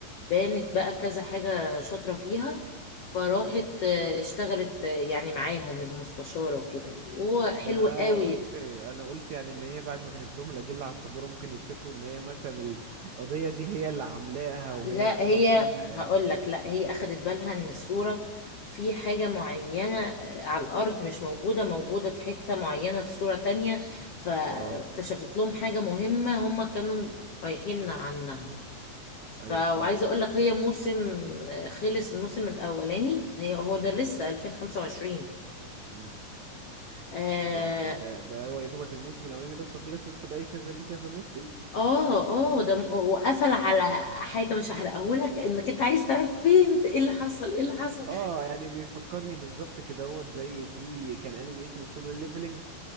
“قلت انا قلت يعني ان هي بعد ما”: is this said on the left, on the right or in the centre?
Right